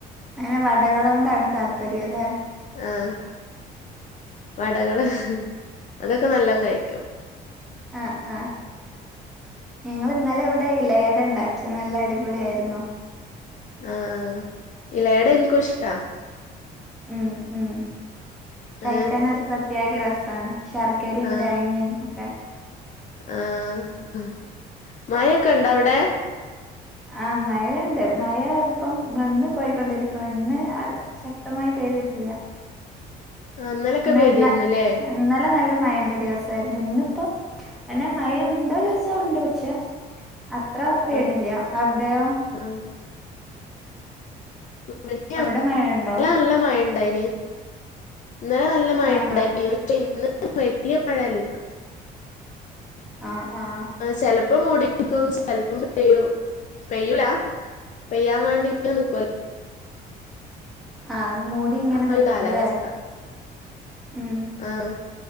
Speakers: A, in the centre; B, on the left.
A: അങ്ങനെ വടകളെ കൊണ്ടാണ് താല്പര്യം അല്ലെ
B: ആഹ് വടകള് അതൊക്കെ നല്ലോണം കഴിക്കും
A: ആഹ് ആഹ് ഞങ്ങള് ഇന്നലെ ഇവിടെ ഇലയട ഉണ്ടാക്കി നല്ല അടിപൊളിയായിരുന്നു
B: ആഹ് ആഹ് ഇലയട ഇൻക്കും ഇഷ്ടാ
A: ഉം ഉം
B: അങ്ങനെ
A: കഴിക്കാനൊരു പ്രത്യേക രസാണ് ശർക്കരയും
B: ആഹ്
A: തേങ്ങയും ഒക്കെ
B: ആഹ് മഴെക്കെ ഉണ്ടോ അവിടെ
A: ആഹ് മഴയുണ്ട് മഴ ഇപ്പം വന്ന് പോയിക്കൊണ്ടിരിക്ക്ണ് ഇന്ന് അ ശക്തമായി പെയ്തിട്ടില്ല
B: ആഹ് ഇന്നലൊക്കെ
A: ഇന്ന-
B: പെയ്തിയിരുന്നു
A: ഇന്ന-
B: ല്ലേ
A: ഇന്നലെ നല്ല മഴെൻ്റെ ദിവസായിരുന്നു ഇന്നിപ്പോ പിന്നെ മഴ ഉണ്ടോന്ന് ചോദിച്ചാ ഉണ്ട് പക്ഷെ അത്ര പെയ്യണില്ല
B: ആഹ്
A: അവിടെയോ
B: ആഹ് മുറ്റം
A: അവിടെ
B: ഇവിടെ
A: മഴ ഉണ്ടോ
B: നല്ല മഴേണ്ട് ഉണ്ടായിന് ഇന്നലെ നല്ല മഴ
A: ആ
B: ഉണ്ടായി
A: ആ
B: പക്ഷെ ഇന്ന് വലിയ മഴയില്ല
A: ആഹ് ആ
B: ചെലപ്പം മൂടിക്കും ചെലപ്പം പെയ്യും പെയ്യൂല പെയ്യാൻ വേണ്ടി ഇങ്ങനെ നിക്കുവല്ലേ
A: ആ മൂടി ഇങ്ങനെ
B: ആ
A: നിക്കൂല്ലേ
B: ഒരു കാലാവസ്ഥ
A: ഉം
B: ആഹ്